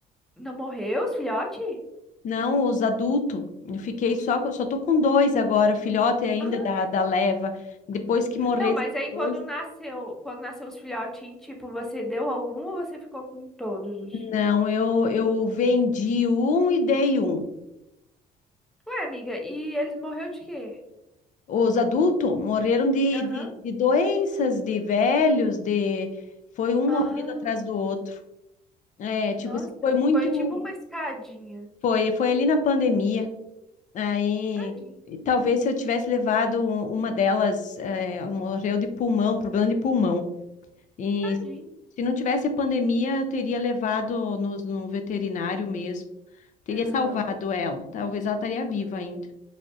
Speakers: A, in the centre; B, on the left.
A: Não morreu os filhotes?
B: Não, os adultos. Eu fiquei só, com- só tô com dois agora, filhote ainda
A: Ah,
B: da, da leva. Depois que morresse,
A: Não, mas aí
B: dois.
A: quando nasceu, quando nasceu os filhotinhos, tipo, você deu algum ou você ficou com todos? os-
B: Não, eu, eu vendi um e dei um.
A: Ué, amiga, e eles morreu de quê?
B: Os adultos morreram de,
A: aham.
B: de, de doenças, de velhos, de... Foi um
A: Ah,
B: morrendo atrás do outro. É, tipo
A: Nossa,
B: assim, foi muito...
A: foi tipo uma escadinha.
B: Foi, foi ali na pandemia. Aí,
A: Tadinho,
B: e talvez se eu tivesse levado um- uma delas, é, ela morreu de pulmão, problema de pulmão. E
A: tadinho,
B: se não tivesse a pandemia, eu teria levado no, no veterinário mesmo. Teria
A: aham.
B: salvado ela. Talvez ela estaria viva ainda.